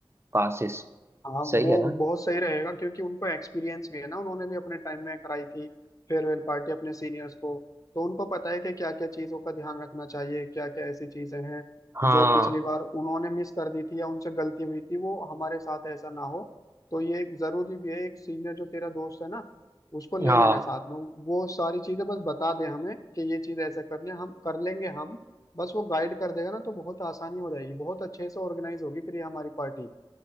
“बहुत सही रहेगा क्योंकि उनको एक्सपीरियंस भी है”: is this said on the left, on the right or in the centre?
Left